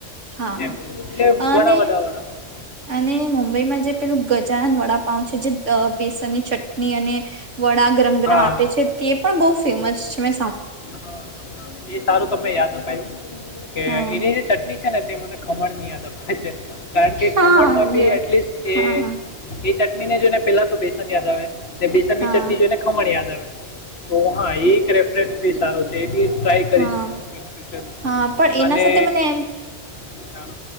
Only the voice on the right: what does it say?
હા
અને
અને મુુંબઈમાં જે પેલું ગજાનન વડાપઉ છે જે બેસનની ચટણી અને વડા ગરમ ગરમ
આપે છે તે પણ બહુ ફેમસ છે મે
હા
હા
ય
હા
હા
હા
હા પણ એના
સાથે મને એમ